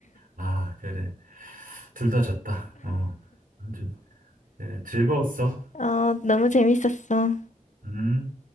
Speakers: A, on the right (about 80°); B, on the left (about 60°).
A: 아, 그래. 둘 다 졌다. 어. 아주, 그래. 즐거웠어.
B: 어, 너무 재밌었어.
A: 음.